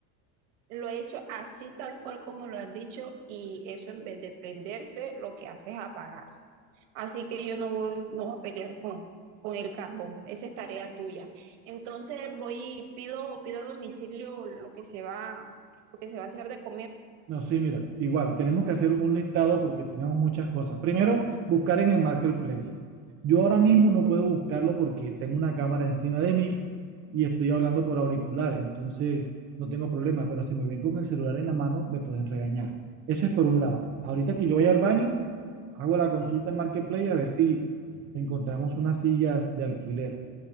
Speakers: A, on the right (about 75°); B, on the right (about 35°).
A: Lo he hecho así tal cual como lo has dicho y eso en vez de prenderse, lo que hace es apagarse. Así que yo no voy, no voy a pelear con, con el carbón. Esa es tarea tuya. Entonces voy y pido, pido a domicilio lo que se va, lo que se va a hacer de comer.
B: No, sí, mira, igual, tenemos que hacer un listado porque tenemos muchas cosas. Primero, buscar en el marketplace. Yo ahora mismo
A: Ok.
B: no puedo buscarlo porque tengo una cámara encima de mí y estoy hablando por auricular, entonces no tengo problema, pero si me ven con el celular en la mano, me pueden regañar. Eso es por un lado. Ahorita que yo vaya al baño, hago la consulta en marketplace a ver si encontramos unas sillas de alquiler.